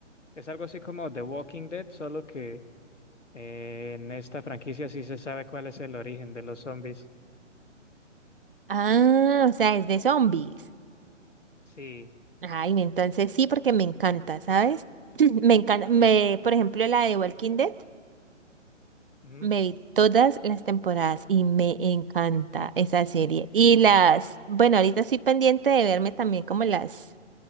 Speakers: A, on the left; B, on the right.
A: Es algo así como The Walking Dead, solo que eh, en esta franquicia sí se sabe cuál es el origen de los zombies.
B: Ah, o sea, es de zombies.
A: Sí.
B: Ay, entonces sí, porque me encanta, ¿sabes? <clears throat> Me encanta, me, por ejemplo, la de Walking Dead.
A: mm.
B: Me vi todas las temporadas y me encanta esa serie. Y las, bueno, ahorita estoy pendiente de verme también como las,